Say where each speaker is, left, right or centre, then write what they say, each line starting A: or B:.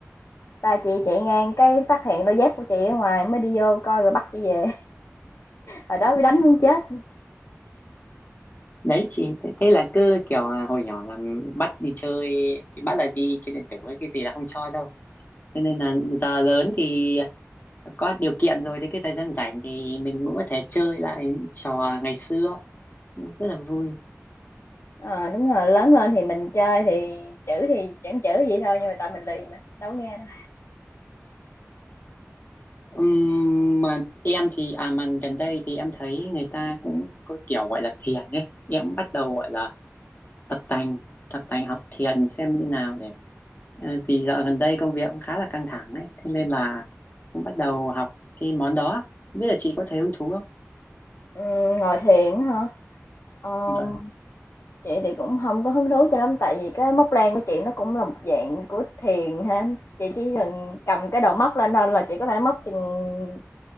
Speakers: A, on the left (about 60°); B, on the left (about 35°).
A: ba chị chạy ngang cái phát hiện đôi dép của chị ở ngoài mới đi vô coi rồi bắt chị về. Hồi đó bị đánh muốn chết.
B: đấy chị thế, thế là cứ kiểu là hồi nhỏ là bắt đi chơi bắt là đi chơi điện tử với cái gì là không cho đâu thế nên là giờ lớn thì có điều kiện rồi thì cái thời gian rảnh thì mình cũng có thể chơi lại những trò ngày xưa rất là vui
A: Ờ, đúng rồi, lớn lên thì mình chơi thì chữ thì chẳng chữ gì thôi nhưng mà tại mình lì mà, đâu có nghe đâu.
B: Ừm, mà em thì à mà gần đây thì em thấy người ta cũng có kiểu gọi là thiền ấy em cũng bắt đầu gọi là tập tành tập tành học thiền xem như nào để Ờ, vì dạo gần đây công việc cũng khá là căng thẳng ấy thế nên là cũng bắt đầu học cái món đó Không biết là chị có thấy hứng thú không
A: Ừm, ngồi thiền á hả? Ờm,
B: vâng
A: chị thì cũng không có hứng thú cho lắm tại vì cái móc len của chị nó cũng là một dạng của thiền ha. Chị chỉ cần cầm cái đầu móc lên thôi là chị có thể móc chừng